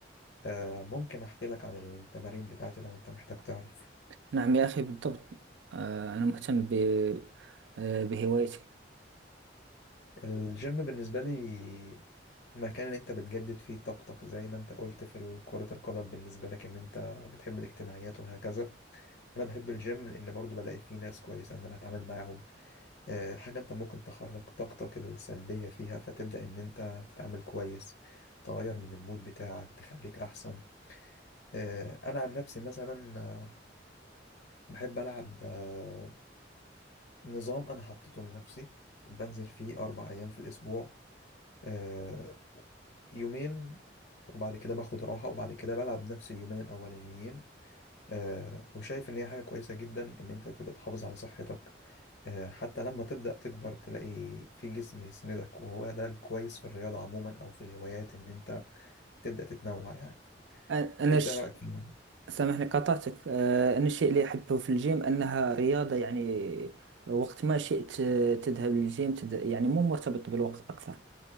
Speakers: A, on the left; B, on the right.
A: آه، ممكن أحكي لك عن التمارين بتاعتي لو أنت محتاج تعرف
B: نعم يا أخي بالضبط آه، أنا مهتم ب... آه، بهوايتي
A: الجيم بالنسبة لي مكان اللي أنت بتجدد فيه طاقتك زي ما أنت قلت في كرة القدم بالنسبة لك إن أنت بتحب الاجتماعيات وهكذا أنا بحب الجيم لأن برضو بلاقي فيه ناس كويسة إن أنا أتعامل معاهم آه، حاجة انت ممكن تخرج طاقتك السلبية فيها فتبدأ ان انت تتعامل كويس تغير من المود بتاعك تخليك احسن آه، انا عن نفسي مثلا آه، بحب العب آه، نظام انا حطيته لنفسي بنزل فيه اربع ايام في الاسبوع آه، يومين وبعد كده باخد راحة وبعد كده بلعب نفس اليومين الأولانيين آه وشايف إن هي حاجة كويسة جدا إن أنت تبقى تحافظ على صحتك آه، حتى لما تبدأ تكبر تلاقي في جسم يسندك وهو ده الكويس في الرياضة عموما أو في الهوايات إن أنت تبدأ تتنوع يعني
B: أ- أنا
A: أنت
B: ش...
A: إيه رأيك في الموضوع؟
B: سامحني قطعتك آه، أنا الشيء اللي أحبه في الجيم أنها رياضة يعني وقت ما شئت آه، تذهب للجيم تد... يعني مو مرتبط بالوقت أكثر